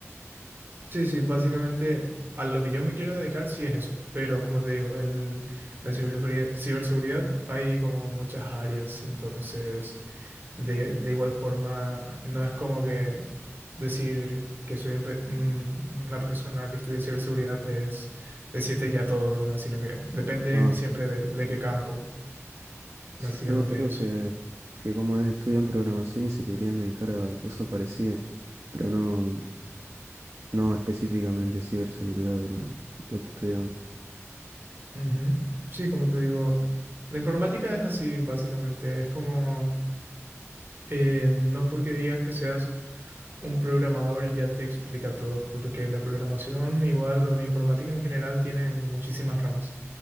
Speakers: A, on the right; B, on the right.
A: Sí, sí, básicamente a lo que yo me quiero dedicar sí es eso, pero como te digo, el, la ciberseguridad, ciberseguridad hay como muchas áreas, entonces de, de igual forma no es como que decir que soy un pe- un- una persona que estudia ciberseguridad es decirte ya todo de una, sino que depende
B: Ah,
A: siempre de, de qué campo,
B: sí,
A: básicamente
B: tengo amigos
A: es eso.
B: que, que como es, estudian programación y se querían dedicar a cosas parecidas, pero no. No específicamente ciberseguridad era lo que estudiaba.
A: Ujú. Sí, como te digo, la informática es así, básicamente, es como... eh, no porque digas que seas Un programador ya te explica todo, porque la programación igual o la informática en general tiene muchísimas ramas,